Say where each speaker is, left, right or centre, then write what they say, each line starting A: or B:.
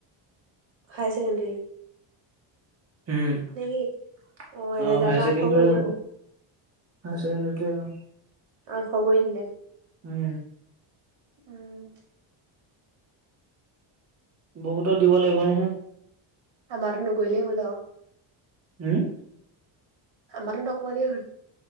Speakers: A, on the right; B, on the right.
A: হাই চেকেণ্ডেৰী
B: উম
A: কি এহেজাৰৰ
B: অ হাইছেকেণ্ডাৰী
A: পৰা আঠশ কৰিলে
B: হব
A: হবলা
B: হাই চেকেণ্ডেৰী টোৱে অ
A: আতশ কৰি দিলে
B: উম
A: উম
B: বহুতক দিব লাগিব নহয়
A: আমাৰটো নকৰিলেই হ'ল আও
B: হম
A: আমাৰটো নকমালেই হ'ল